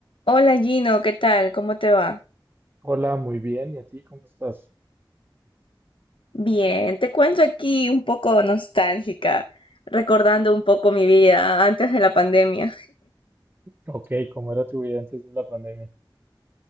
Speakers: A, on the left (about 75°); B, on the right (about 25°).
A: Hola Gino, ¿qué tal? ¿Cómo te va?
B: Hola, muy bien. ¿Y a ti cómo estás?
A: Bien, te cuento aquí un poco nostálgica, recordando un poco mi vida antes de la pandemia.
B: Ok, ¿cómo era tu vida antes de la pandemia?